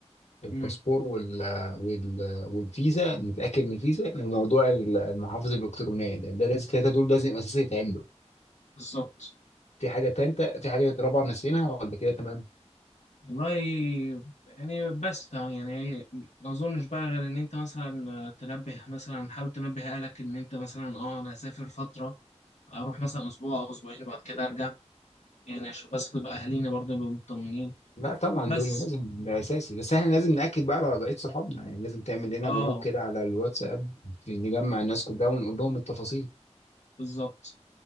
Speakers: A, on the left (about 70°); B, on the left (about 80°).
A: الباسبور
B: امم
A: وال وال والفيزا نتاكد من الفيزا وموضوع ال- المحافظ الالكترونيه ده ده لازم الثلاثه دول لازم اساسي يتعملوا
B: بالظبط
A: في حاجه ثالثه في حاجه رابعه نسيناها ولا كده تمام
B: والله يعني بس يعني ما اظنش بقى غير ان انت مثلا تنبه مثلا حاول تنبه اهلك ان انت مثلا اه انا هسافر فتره اروح مثلا اسبوع او اسبوعين وبعد كده ارجع يعني عشان بس تبقى اهالينا برضه يبقوا مطمنين
A: لا طبعا
B: بس
A: دول لازم ده اساسي بس احنا لازم ناكد بقى على وضعيه صحابنا يعني لازم تعمل لنا
B: اه
A: جروب كده على الواتساب في- نجمع الناس كلها ونقول لهم التفاصيل
B: بالظبط